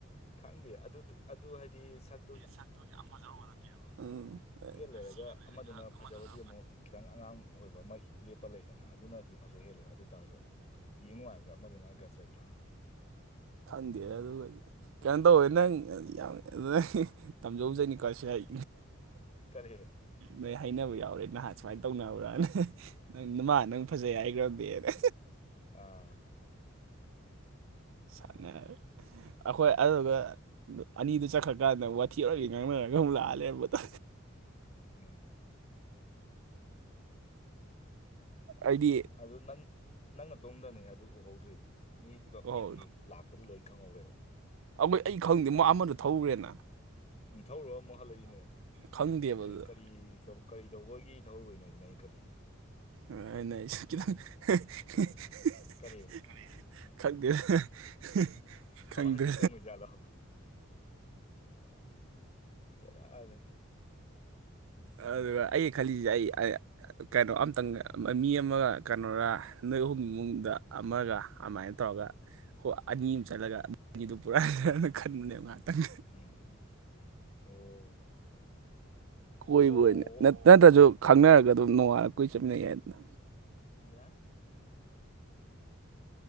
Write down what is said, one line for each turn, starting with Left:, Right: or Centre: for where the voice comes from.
Left: ꯈꯪꯗꯦ ꯑꯗꯨ ꯑꯗꯨ ꯍꯥꯏꯗꯤ ꯁꯠ
Right: ꯁꯛꯇꯨ ꯌꯥꯝ ꯐꯖꯔꯕ ꯅꯠꯇꯦ ꯎ
Left: ꯂꯩꯔꯒ
Right: ꯔꯥꯁꯤꯒ ꯂꯩꯔꯒ
Left: ꯑꯃꯗꯨꯅ ꯐꯖꯕꯗꯤ
Right: ꯑꯃꯗꯨꯅ
Left: ꯑꯃꯨꯛ ꯈꯤꯇꯪ ꯑꯉꯥꯡ ꯑꯣꯏꯕ ꯃꯩ ꯂꯦꯞꯄ ꯂꯩꯗꯅ ꯑꯗꯨꯅꯗꯤ ꯐꯖꯍꯦꯟꯂꯦꯕꯥ ꯑꯗꯨ ꯑꯣꯏꯇꯥꯥꯔꯁꯨ ꯌꯦꯡ ꯅꯨꯉꯥꯏꯕꯗ ꯑꯃꯗꯨꯅ ꯒꯇꯁ ꯂꯩꯇ꯭ꯔꯣ
Right: ꯈꯪꯗꯦ ꯑꯗꯨꯒꯗꯤ ꯀꯩꯅꯣ ꯇꯧꯌꯦ ꯅꯪ ꯌꯥꯝ ꯇꯝꯖꯧꯖꯅꯤꯀꯣ ꯁꯤ ꯍꯥꯏ
Left: ꯀꯔꯤ
Right: ꯅꯣꯏ ꯍꯥꯏꯅꯕ ꯌꯥꯎꯔꯦ ꯅꯍꯥꯟ ꯁꯨꯃꯥꯏꯅ ꯇꯧꯅꯕ꯭ꯔꯥꯅ ꯅꯪ ꯃꯅꯥ ꯅꯪ ꯐꯖꯩ ꯍꯥꯏꯈ꯭ꯔꯕꯅꯤꯅ
Left: ꯑꯥ
Right: ꯁꯥꯟꯅꯔ ꯑꯩꯈꯣꯏ ꯑꯗꯨꯒ ꯑꯅꯤꯗꯨ ꯆꯠꯈ꯭ꯔꯀꯥꯟꯗ ꯋꯥꯊꯤꯔꯒ ꯉꯥꯡꯅꯔꯒ ꯑꯃꯨꯛ ꯂꯥꯛꯍꯜꯂꯦꯕ ꯇꯦ
Left: ꯎꯝ
Right: ꯑꯩꯗꯤ
Left: ꯑꯗꯨ ꯅꯪ-ꯅꯪ ꯅꯇꯣꯡꯝꯗꯅꯦ ꯑꯗꯨ ꯎꯍꯧꯗ꯭ꯔꯤꯗꯣ ꯃꯤ ꯄꯨꯂꯞ
Right: ꯑꯣ
Left: ꯍꯥꯏꯗꯤ ꯂꯥꯛꯄꯗꯨ ꯂꯣꯏ ꯈꯪꯍꯧꯔꯦꯕ
Right: ꯑꯩꯈꯣꯏ ꯑꯩ ꯈꯪꯗꯦ ꯃꯥ ꯑꯃꯗ ꯊꯧꯒꯔꯦꯅ
Left: ꯅꯤꯡꯊꯧꯔꯒ ꯑꯃꯨꯛ ꯍꯜꯂꯛꯏꯅꯦ
Right: ꯈꯪꯗꯦꯕ
Left: ꯀꯔꯤ
Right: ꯑꯗꯨꯗ
Left: ꯀꯔꯤ ꯀꯔꯤ ꯇꯧꯕꯒꯤ ꯊꯧꯔꯨꯏꯅꯣ ꯁꯤꯅꯦ ꯑꯩꯅ ꯈꯜꯂꯤꯁꯦ
Right: <inaudible>
Left: ꯀꯔꯤ ꯐꯥꯔꯃꯥꯁꯤꯁꯨ
Right: ꯈꯪꯗ꯭ꯔꯦ
Left: ꯆꯪꯉꯣꯏꯖꯥꯠꯂꯣ ꯕꯦꯔꯥꯅꯦ
Right: ꯑꯗꯨꯒ ꯑꯩ ꯈꯜꯂꯤꯁꯦ ꯑꯩ ꯀꯩꯅꯣ ꯑꯝꯇꯪ ꯃꯤ ꯑꯃꯒ ꯀꯩꯅꯣꯒ ꯅꯣꯏ ꯑꯍꯨꯝꯃꯨꯡꯗ ꯑꯃꯒ ꯑꯗꯨꯃꯥꯏꯅ ꯇꯧꯔꯒ ꯍꯣꯏ ꯑꯅꯤ ꯑꯃ ꯆꯠꯂꯒ ꯃꯗꯨ ꯄꯨꯔꯥꯅ ꯈꯟꯕꯅꯦꯕ ꯉꯥꯏꯍꯥꯛꯇꯪ
Left: ꯎꯝ ꯑꯣ
Right: ꯀꯣꯏꯕꯣꯏꯅꯦ
Left: ꯑꯣ
Right: ꯅꯠꯇ꯭ꯔꯁꯨ ꯈꯪꯅꯔꯒ ꯑꯗꯨꯝ ꯅꯣꯡꯉꯥꯔ ꯀꯨꯏ ꯆꯠꯃꯤꯟꯅꯩ ꯍꯥꯏꯗꯅ
Left: ꯌꯥ